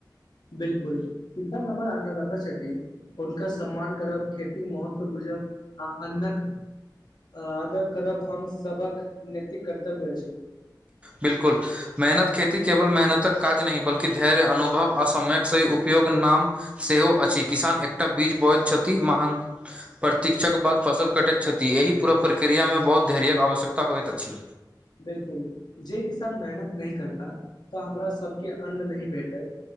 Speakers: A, on the left (about 65°); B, on the right (about 15°).
A: बिल्कूल कस नै हमर अन्नदाता छथिन हुनकर सम्मान करब खेती कऽ महत्व बुझब आ अन्नकऽ आदर करब हम सभ के नतिक कर्तव्य छी
B: बिल्कूल मेहनत खेती केवल मेहनतक काज नहि बल धैर्य अनुभव आसयक सही उपयोग नाम सेहो अछि किसान एकटा बीज बयत क्षति महान। प्रतीक्ष कऽ बाद फसल कटैत छथि एहि पूरा प्रक्रिया मे बहुत धैर्य के आवश्यकता होइत अछि
A: बिल्कूल जे किसान मेहनत नहिह करता तऽ हमरा सभके अन्न नहि भेटत